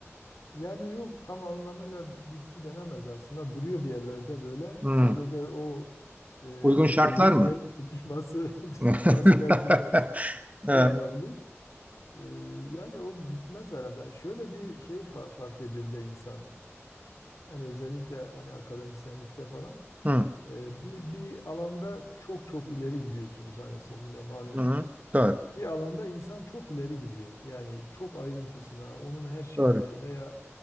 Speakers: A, on the left; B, on the right.
A: Yani yok tam anlamıyla bitti denemez aslında. Duruyor bir yerlerde böyle.
B: Hmm.
A: Sadece o e,
B: Uygun şartlar
A: közün
B: mı?
A: diyelim tutuşması <laughs> tutuşması
B: <laughs>
A: belki biraz Ne
B: Evet.
A: alabilir? Ee, yani o bitmez herhalde. Şöyle bir şey fa- fark ediyor bir de insan. Yani özellikle hani akademisyenlikte falan.
B: Hı.
A: Ee, bir, bir alanda çok çok ileri gidiyorsunuz. Hani sizin de malumunuz
B: Hı. Doğru.
A: bir alanda insan çok ileri gidiyor. Yani çok ayrıntısına, onun her şeyine
B: Doğru.
A: veya